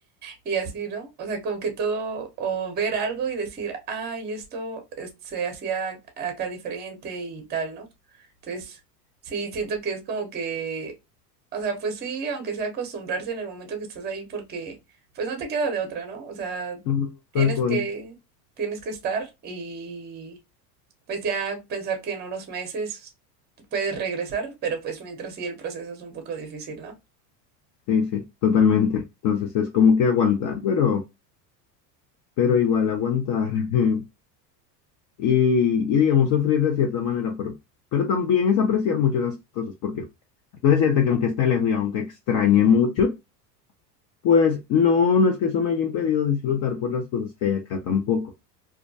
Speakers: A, on the right; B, on the left.
A: Y así, ¿no? O sea, como que todo, o ver algo y decir, ay, esto es- se hacía acá diferente y tal, ¿no? Entonces, sí, siento que es como que, o sea, pues sí, aunque sea acostumbrarse en el momento que estás ahí, porque pues no te queda de otra, ¿no? O sea,
B: Mm,
A: tienes
B: Tal cual.
A: que, tienes que estar y pues ya pensar que en unos meses puedes regresar, pero pues mientras sí el proceso es un poco difícil, ¿no?
B: Sí, sí, totalmente. Entonces es como que aguantar, pero, pero igual aguantar. <laughs> Y, y digamos, sufrir de cierta manera, pero, pero también es apreciar mucho las cosas, porque debo decirte que aunque esté lejos y aunque extrañe mucho, pues no, no es que eso me haya impedido disfrutar por las cosas que hay acá tampoco.